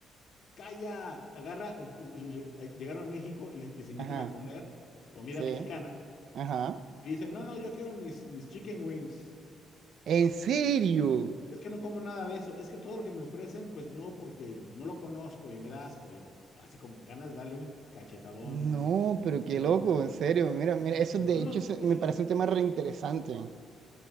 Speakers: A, on the left; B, on the right.
A: calla, agarra, el- el- el- llegaron a México y les,
B: <laughs>
A: les invitan
B: Ajá,
A: a comer comida
B: sí,
A: mexicana.
B: ajá.
A: Y dicen, no, no, yo quiero mis, mis chicken wings. Ah,
B: ¿En
A: esas,
B: serio?
A: o sea, es que no como nada de eso, es que todo lo que me ofrecen, pues no, porque pues, no lo conozco y me da asco. Yo, así como ganas de darle un cachetadón,
B: No,
A: así como,
B: pero qué
A: cállate.
B: loco, en serio. Mira, mira, eso
A: Y
B: de
A: tú
B: hecho
A: lo,
B: se-
A: y
B: me
A: sí,
B: parece un tema reinteresante,